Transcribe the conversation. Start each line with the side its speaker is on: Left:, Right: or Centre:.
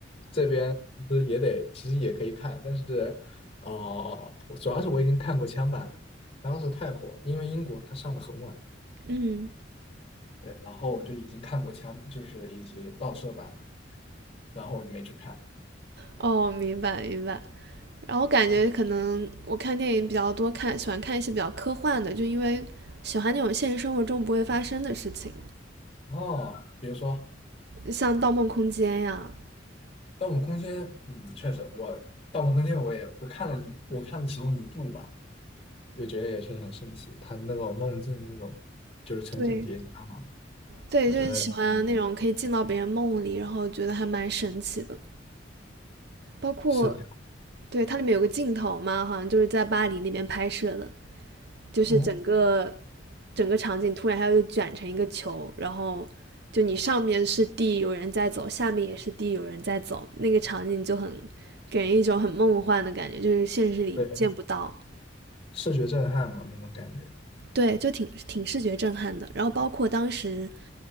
Left: 这边其实也得，其实也可以看，但是，呃，我主要是我已经看过枪版了当时太火，因为英国它上的很晚，
Right: 嗯，
Left: 对，然后我就已经看过枪，就是一些盗摄版的然后我就没去看。
Right: 哦，明白明白。然后感觉可能我看电影比较多，看喜欢看一些比较科幻的，就因为喜欢那种现实生活中不会发生的事情，
Left: 哦，比如说
Right: 像《盗梦空间》呀，
Left: 《盗梦空间》，嗯，确实，我《盗梦空间》我也我看了一，我看了其中一部吧，也觉得也确实很神奇，它那种梦境那种就是层层叠加嘛，
Right: 对对，
Left: 我觉得嗯
Right: 就是喜欢那种可以进到别人梦里，然后觉得还蛮神奇的。包括
Left: 视角，
Right: 对它里面有个镜头嘛，好像就是在巴黎那边拍摄的，就是整个
Left: 哦，
Right: 整个场景突然它就卷成一个球，然后就你上面是地，有人在走，下面也是地，有人在走，那个场景就很给人一种很梦幻的感觉，就是现实里见不到。
Left: 对，视觉震撼嘛那种感觉。
Right: 对，就挺挺视觉震撼的。然后包括当时